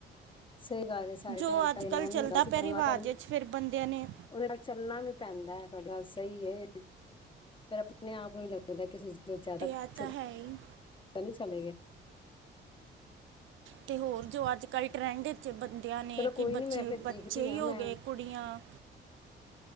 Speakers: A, on the left; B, on the right.
A: ਸਈ ਗੱਲ ਏ ਸਾਰੇ
B: ਜੋ
A: ਟਾਈਮ
B: ਅੱਜ
A: ਤਾਂ ਇਨਾ
B: ਕੱਲ੍ਹ
A: ਨੀ
B: ਚੱਲਦਾ
A: ਹੁੰਦਾ ਸੀ
B: ਪਿਆ
A: ਪਰ
B: ਰਿਵਾਜ਼
A: ਹੁਣ ਕ
B: ਵਿੱਚ ਫਿਰ ਬੰਦਿਆਂ ਨੇ
A: ਉਦੇ ਨਾਲ ਚੱਲਣਾ ਵੀ ਪੈਂਦੈ, ਤੁਹਾਡੀ ਗੱਲ ਸਈ ਏ ਫੇਰ ਆਪਣੇ ਆਪ ਨੂੰ ਲ ਜੋ ਜ਼ਿਆਦਾ
B: ਤੇ
A: ਪਿੱਛੇ
B: ਇਹ ਤਾਂ ਹੈ ਹੀ
A: ਨਹੀਂ ਚਲੇ ਗ <unintelligible>
B: ਤੇ ਹੋਰ ਜੋ ਅੱਜ ਕੱਲ ਟਰੈਂਡ ਜੇ ਬੰਦਿਆਂ ਨੇ
A: ਚਲੋ
B: ਕਿ
A: ਕੋਈ
B: ਬੱਚੇ-ਬੱਚੇ
A: ਨੀ ਮੈਂ ਫਿਰ ਦੇਖਦੀ ਹਾਂ
B: ਈ ਹੋ
A: ਮੈਂ
B: ਗਏ ਕੁੜੀਆਂ